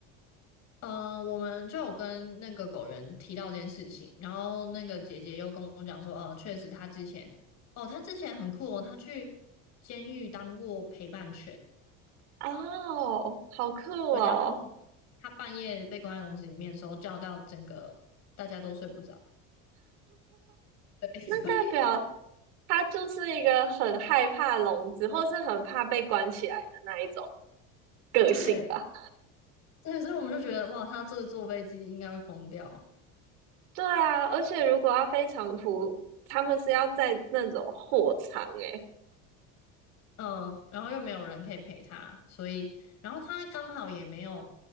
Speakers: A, on the left; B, on the right.
A: 嗯，我们就有跟那个狗人提到这件事情，然后那个姐姐又跟我讲说，呃，确实她之前，哦，她之前很酷哦，她去监狱当过陪伴犬，
B: 哦，好酷哦，
A: 对，然后她半夜被关在笼子里面的时候，叫到整个大家都睡不着，对，<laughs>
B: 那代表
A: 所以
B: 他就是一个很害怕笼子，或是很怕被关起来的那一种个性吧？
A: 对对，所以我们就觉得哇，她这坐飞机应该会疯掉。
B: 对啊，而且如果要飞长途，他们是要在那种货场诶、
A: 嗯，然后又没有人可以陪他，所以，然后他刚好也没有，